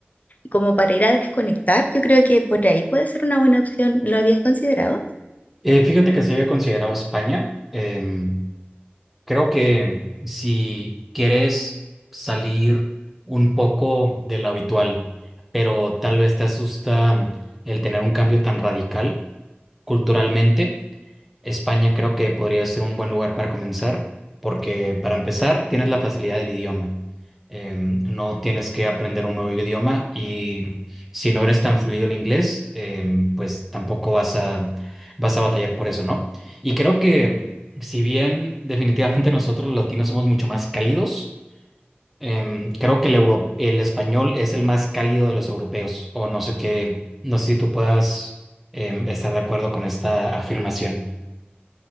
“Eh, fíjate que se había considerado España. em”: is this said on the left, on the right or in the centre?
Centre